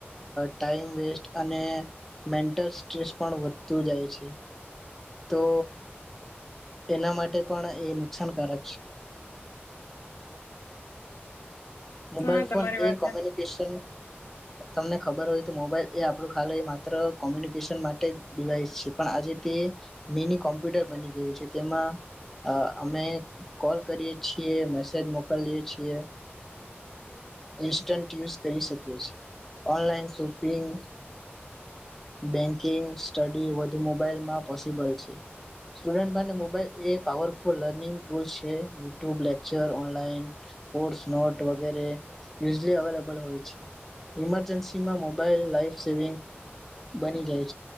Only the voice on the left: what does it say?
હા તમારી
વાત
સાચી